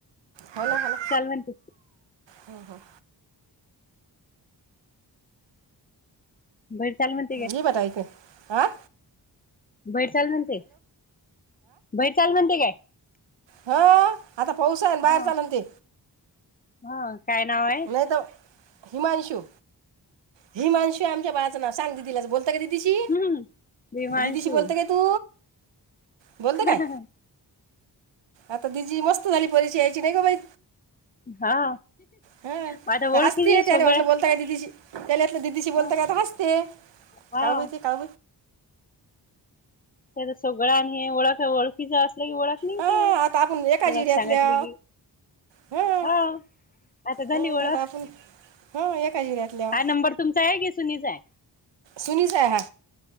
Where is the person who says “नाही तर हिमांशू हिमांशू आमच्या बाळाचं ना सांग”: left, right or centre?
Right